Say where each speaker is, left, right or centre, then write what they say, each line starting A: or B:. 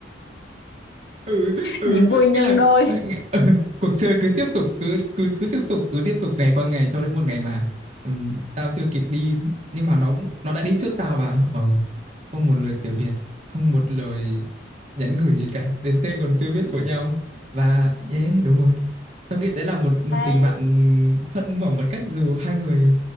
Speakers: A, on the right (about 35°); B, on the left (about 60°).
A: ừ ừ
B: Niềm vui nhân
A: nghĩa là
B: đôi
A: ừ, ừ, cuộc chơi cứ tiếp tục cứ cứ cứ tiếp tục cứ tiếp tục ngày qua ngày cho đến một ngày mà ừm, tao chưa kịp đi nhưng mà nó nó đã đi trước tao và ờ không một lời từ biệt không một lời nhắn gửi gì cả đến tên còn chưa biết của nhau và nhé đúng rồi tao nghĩ đấy là một một
B: Ê,
A: tình bạn thân mà một cách dù hai người